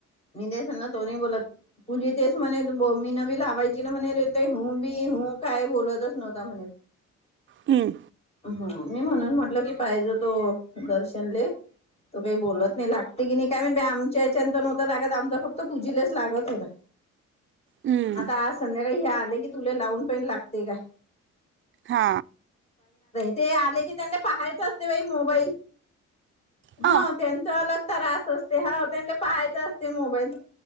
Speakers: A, on the left; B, on the right.
A: मी देसल ना दोन्ही बोलत पुजे तेच म्हणे मीन बी लावायची ना म्हणे हू बी हू काय बोलतच नव्हता म्हणे
B: हम्म
A: ह मी म्हणून म्हटलं की पाहिजे तो दर्शनले तो काही बोलत नाही लागते की नाही काय माहित बाई आमच्या याच्यात प नवतं लागत आम फक्त पूजीच लागत होता
B: हम्म
A: आता आज संध्या का हे आले की तुला लावून पाहे लागते का
B: हा
A: ते आले की त्यांनी पाहायच असते बाई मोबाईल
B: अ
A: हो त्यांचा अलग त्रास असते ह त्यां पाहायच ते मोबाईल